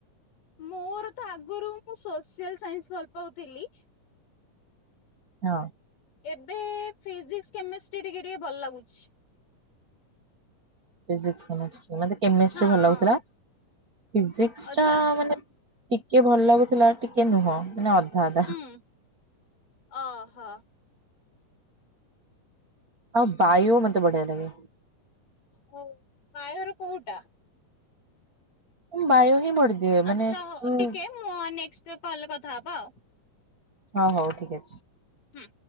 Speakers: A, on the left; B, on the right.
A: ମୋର ତ ଆଗରୁ ମୁଁ ସୋସିଆଲ ସାଇନ୍ସ ଭଲ ପାଉଥିଲି।
B: ହଁ।
A: ଏବେ ଫିଜିକ୍ସ, କେମିଷ୍ଟ୍ରି ଟିକେ ଟିକେ ଭଲ ଲାଗୁଛି।
B: ଫିଜିସ୍କି କେମେଷ୍ଟ୍ରୀ ମତେ କେମେଷ୍ଟ୍ରି
A: ହଁ
B: ଭଲ ଲାଗୁଥିଲା ଫିଜିକସ
A: ଆଚ୍ଛା
B: ଟା ମାନେ ଟିକେ ଭଲ ଲାଗୁଥିଲା ଟିକେ ନୁହଁ ମାନେ ଅଧା ଅଧା।
A: ହୁଁ ଅହ।
B: ଆଉ ବାୟୋ ମତେ ବଢିଆ ଲାଗେ।
A: ହଉ ବାୟୋର କୋଉଟା?
B: ବାୟୋ ହିଁ ବଢିଦିଏ ମାନେ
A: ଆଚ୍ଛା ହଉ
B: ଉଁ।
A: ଟିକେ ମୁଁ ନେକ୍ଷ୍ଟ କଲ କଥା ହବା ଆଉ।
B: ହ ହଉ ଠିକ ଅଛି।
A: ହୁଁ।